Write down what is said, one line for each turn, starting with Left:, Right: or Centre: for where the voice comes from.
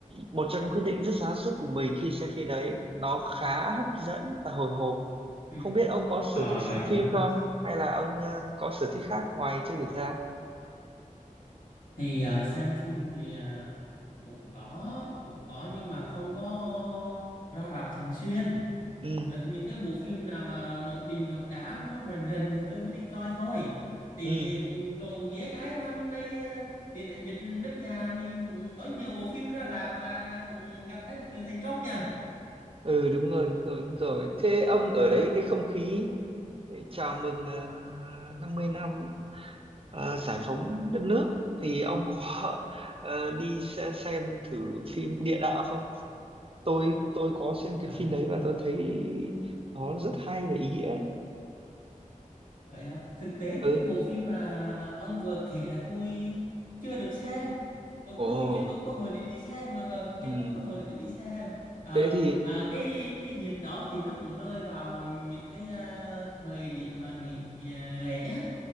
Right: một trong những quyết định rất sáng suốt của mình khi xem phim đấy nó khá hấp dẫn và hồi hộp
Left: Ừ.
Right: không biết ông có sở
Left: Ờ
Right: thích xem
Left: vậy
Right: phim
Left: hả?
Right: không hay là ông ờ, có sở thích khác ngoài chơi thể thao
Left: Thì à, xem phim thì à, cũng có cũng có nhưng mà không có ra rạp thường xuyên.
Right: ừ
Left: À, những cái bộ phim nào mà nội đình nội đám nó rần rần thì tôi mới đi coi thôi. Thì
Right: ừ
Left: cũng trộm vía cái năm nay à, điện ảnh Việt nước nhà mình cũng có nhiều bộ phim ra rạp và cũng gặt hái được nhiều thành công nhờ.
Right: ừ đúng rồi đúng rồi đúng rồi thế ông
Left: Ờ.
Right: ở đấy cái không khí ờ, chào mừng ờ, 50 năm ờ, giải phóng đất nước thì ông có ờ, đi xe- xem thử phim địa đạo không tôi tôi có xem
Left: À,
Right: cái phim đấy và tôi thấy nó rất hay và ý nghĩa
Left: Vậy hả? Thực tế những
Right: Ừ.
Left: cái bộ phim mà ông vừa kể là tôi chưa được xem hoặc
Right: Ồ,
Left: tôi chưa có cơ hội để đi xem mà còn
Right: ừ.
Left: chưa có cơ hội để đi xem Ờ,
Right: Thế thì,
Left: à, cái cái dịp đó thì nó cũng rơi vào những cái à, thời điểm mà nghỉ à, lễ á